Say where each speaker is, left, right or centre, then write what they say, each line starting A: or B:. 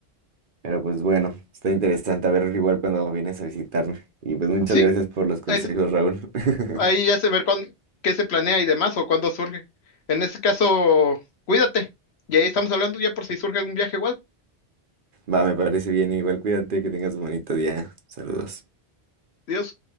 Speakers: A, on the right; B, on the left.
A: Pero pues bueno, está interesante a ver igual cuando vienes a visitarme. Y pues muchas
B: Sí,
A: gracias por los consejos,
B: ahí
A: Raúl. <laughs>
B: Ahí ya se ver cuán- qué se planea y demás o cuándo surge. En ese caso, cuídate. Y ahí estamos hablando ya por si surge algún viaje igual.
A: Va, me parece bien, igual cuídate, que tengas bonito día. Saludos.
B: Dios.